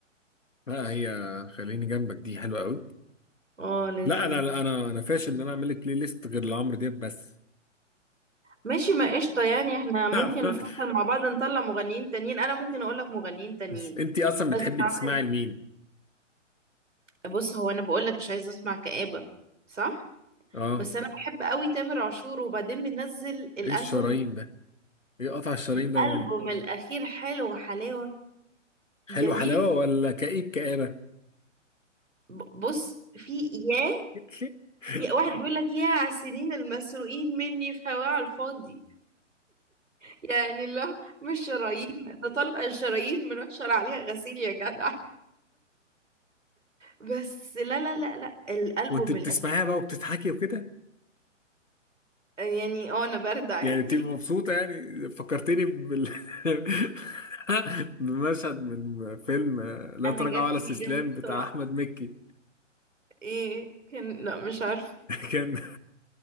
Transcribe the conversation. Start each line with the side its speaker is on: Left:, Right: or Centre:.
Left: لا هي خليني جنبك دي حلوه قوي
Right: اه لذيذه
Left: لا انا لا انا انا فاشل ان انا اعمل لك بلاي ليست غير لعمرو دياب بس
Right: ماشي ما قشطة يعني احنا ممكن
Left: <laughs>
Right: نفكر مع بعض نطلع مغنيين تانيين انا ممكن اقول لك مغنيين تانيين
Left: بس انت اصلا بتحبي
Right: بس عمرو-
Left: تسمعي لمين
Right: بص هو انا بقول لك مش عايزة اسمع كآبة صح
Left: اه
Right: بس انا بحب قوي تامر عاشور وبعدين منزل الالبوم
Left: ايه الشرايين ده ايه قطع الشرايين
Right: الالبوم
Left: ده يا ماما
Right: الاخير حلو حلاوة
Left: حلو
Right: جميل
Left: حلاوه ولا كئيب كآبة
Right: ب- بص في ياه
Left: <laughs>
Right: يا واحد بيقول لك يا على السنين المسروقين مني في هواه على الفاضي يعني لا مش شرايين نطلع الشرايين منشر عليها غسيل يا جدع بس لا لا لا لا الالبوم
Left: وانت بتسمعيها بقى وبتضحكي وكده
Right: يعني اه انا برد عادي
Left: يعني بتبقي مبسوطة يعني فكرتني بال <laughs> بمشهد من فيلم لا
Right: انا
Left: تراجع
Right: جرحي
Left: ولا استسلام
Right: بيلم بسرعه
Left: بتاع احمد مكي
Right: ايه كان لا مش عارفه
Left: <laughs> كان